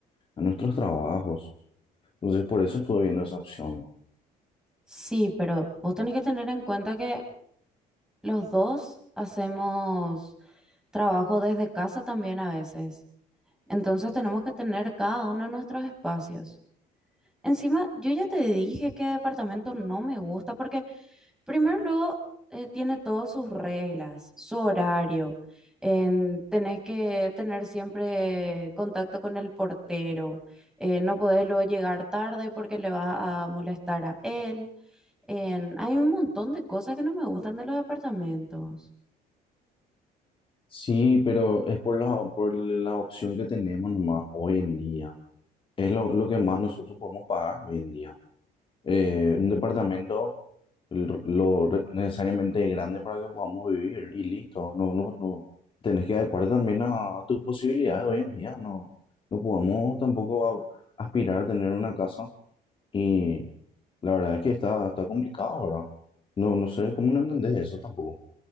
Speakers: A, on the left; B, in the centre.
A: a nuestros trabajos. Entonces, por eso estuve viendo esa opción.
B: Sí, pero vos tenés que tener en cuenta que los dos hacemos trabajo desde casa también a veces. Entonces tenemos que tener cada uno nuestros espacios. Encima, yo ya te dije que departamento no me gusta porque Primero, luego, eh, tiene todas sus reglas, su horario. en- tenés que tener siempre contacto con el portero. eh, no podés luego llegar tarde porque le vas a molestar a él. en- hay un montón de cosas que no me gustan de los departamentos.
A: Sí, pero es por la, por la opción que tenemos nomás hoy en día. Es lo, lo que más nosotros podemos pagar hoy en día. eh, un departamento el- lo re- necesariamente grande para que podamos vivir y listo. No, no, no. Tenés que adecuar también a, a tus posibilidades hoy en día. No, no podemos tampoco a- aspirar a tener una casa y la verdad es que está, está complicado ahora. No, no sé cómo no entendés eso tampoco.